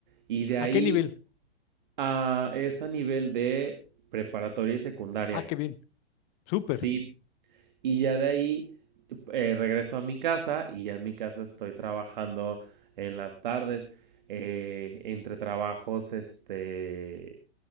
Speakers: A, on the right; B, on the left.
A: Y de ahí
B: ¿A qué nivel?
A: a, es a nivel de preparatoria y secundaria.
B: Ah, qué bien. Súper.
A: Sí, Y ya de ahí eh, regreso a mi casa y ya en mi casa estoy trabajando en las tardes. eh, entre trabajos este,